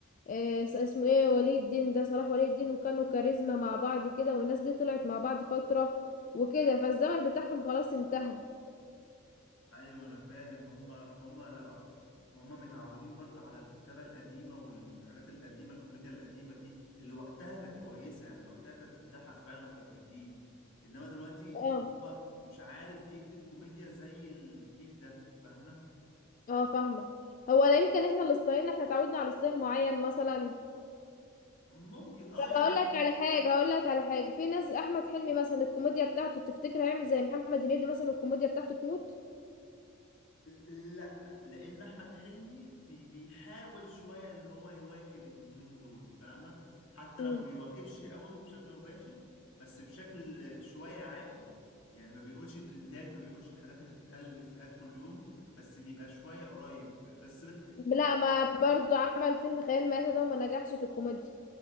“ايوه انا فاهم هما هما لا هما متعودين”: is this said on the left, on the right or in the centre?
Left